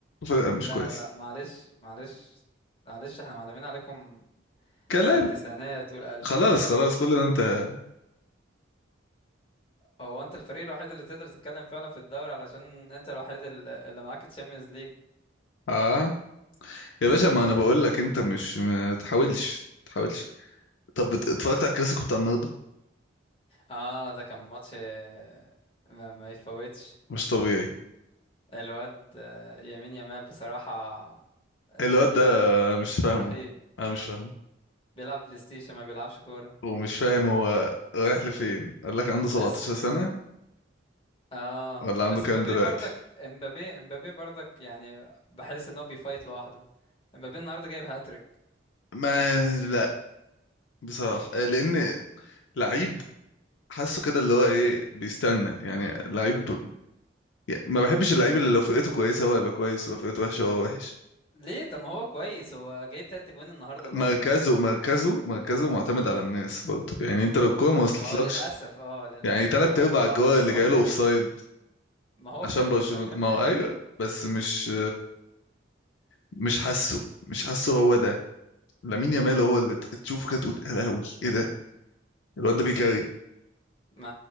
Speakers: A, on the left; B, on the left.
A: فرقه مش
B: لا
A: كويس
B: لا معلش معلش معلش احنا معلمين عليكم
A: كلام
B: في التسعينات والألفينات
A: خلاص خلاص كل ده انت
B: هو انت الفريق الوحيد اللي تقدر تتكلم فعلا في الدوري علشان انت الوحيد ال- اللي معاك تشامبيونز ليج
A: اه يا باشا ما انا بقول لك انت مش ما تحاولش ما تحاولش طب ات- اتفرجت على الكلاسيكو بتاع النهارده
B: اه ده كان ماتش آه، ما, ما يفوتش
A: مش طبيعي
B: الواد آه، يمين يمال بصراحة الواد
A: الواد
B: ده
A: ده مش فاهمه
B: رهيب
A: انا مش فاهمه
B: بيلعب بلاي ستيشن ما بيلعبش كورة
A: ومش فاهم هو رايح لفين قال لك عنده 17
B: بس
A: سنة
B: اه
A: ولا
B: بس
A: عنده كام
B: امبابي
A: دلوقتي
B: برضك امبابي امبابي برضك يعني بحس ان هو بيفايت لوحده امبابي النهارده جايب هاتريك
A: ما لا بصراحة لان لعيب حاسه كده اللي هو ايه بيستنى يعني لعيب ما بحبش اللعيب اللي لو فرقته كويسة هو هيبقى كويس ولو فرقته وحشة هو وحش
B: ليه طب ما هو كويس هو جايب تلات اجوان النهارده لوحده
A: مركزه مركزه مركزه معتمد على الناس برضه يعني انت لو الكوره ما وصلتلكش
B: ما هو للاسف اه للاسف
A: يعني تلات
B: هو
A: ارباع
B: ما هو
A: الكور
B: <laughs> اصل
A: اللي جايله
B: هو فيرود
A: اوفسايد
B: ما هو
A: عشان
B: فيرود
A: برشلونة
B: هتعمل
A: ما هو
B: ايه
A: ايوه بس مش مش حاسه مش حاسه هو ده لامين يامال هو اللي ت- تشوفه كده تقول يا لهوي ايه ده الواد ده بيكاري
B: ما